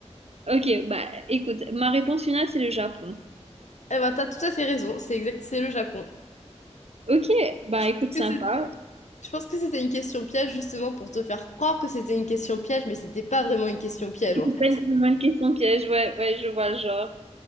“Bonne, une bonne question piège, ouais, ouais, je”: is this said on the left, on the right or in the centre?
Right